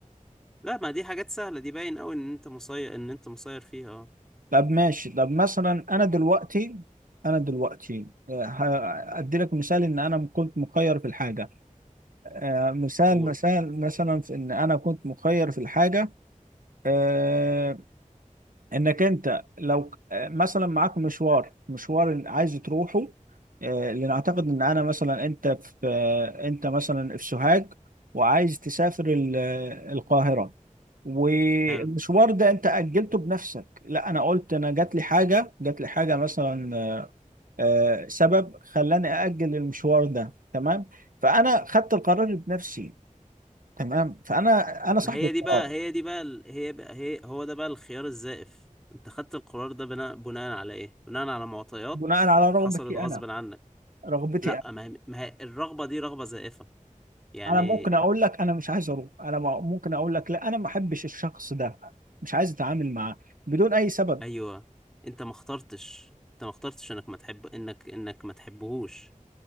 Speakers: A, in the centre; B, on the right (about 85°).
A: لا ما دي حاجات سهلة دي باين أوي إن أنت مسير إن أنت مسير فيها اه
B: طب ماشي طب مثلا انا دلوقتي انا دلوقتي آه، ه- ادي لك مثال ان انا كنت مخير في الحاجة آه، مثال
A: قول
B: مثال مثلا في ان انا كنت مخير في الحاجة آه، انك انت لو مثلا معاك مشوار مشوار اللي عايز تروحه آه، لنعتقد ان انا مثلا انت في آه، انت مثلا في سوهاج وعايز تسافر ال- آه، القاهرة والمشوار
A: حلو
B: ده انت اجلته بنفسك لا انا قلت انا جات لي حاجة جات لي حاجة مثلا آه، سبب خلاني اجل المشوار ده تمام فانا خدت القرار بنفسي تمام فانا انا صاحب
A: ما هي
B: القرار
A: دي بقى هي دي بقى ال- هي بقى هي هو ده بقى الخيار الزائف انت خدت القرار ده بناء بناء على ايه بناء على معطيات
B: بناء على رغبتي
A: حصلت غصب
B: انا
A: عنك
B: رغبتي
A: لا ما هي, ما هي الرغبة دي رغبة زائفة يعني
B: انا ممكن اقول لك انا مش عايز اروح انا ما- ممكن اقول لك لا انا ما احبش الشخص ده مش عايز اتعامل معاه بدون اي سبب
A: ايوه انت ما اخترتش انت ما اخترتش انك ما تحب انك انك ما تحبهوش